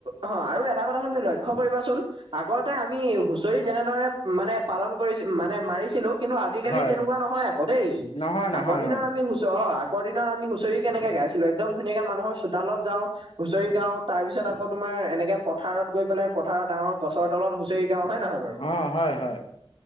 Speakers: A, on the right; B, on the left.
A: অ আৰু এটা কথা তুমি লক্ষ্য কৰিবাচোন, আগতে আমি হুঁচৰি যেনেধৰে মানে পালন কৰি মানে মাৰিছিলো, কিন্তু আজিকালি
B: হয়
A: তেনেকুৱা নহয় আকৌ দেই।
B: নহয় নহয়
A: আগৰ দিনত
B: অ
A: আমি হুচ অ আগ দিনত আমি হুঁচৰি কেনেকে গাইছিলো একদম ধুনীয়াকে মানুহৰ চোতালত যাও। হুঁচৰি গাও তাৰ পিছত আকৌ তোমাৰ এনেকে পথাৰত গৈ পেলাই পথাৰত ডাঙৰ গছৰ তলত হুঁচৰি গাও হয় নহয়। বাৰু
B: অ হয় হয়।